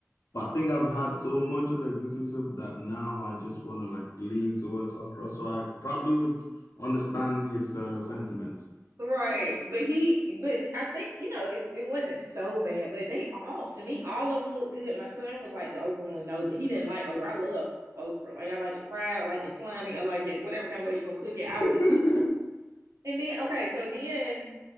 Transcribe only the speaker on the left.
But I think I've
had so much of egusi soup that now I just want to like lean towards okra. So I probably would understand his uh, sentiments.
<laughs>